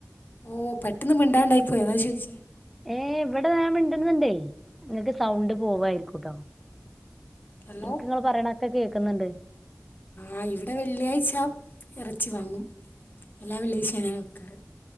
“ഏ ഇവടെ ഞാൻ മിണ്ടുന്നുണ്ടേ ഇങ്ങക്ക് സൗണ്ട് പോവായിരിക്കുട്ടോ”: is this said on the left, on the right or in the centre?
Centre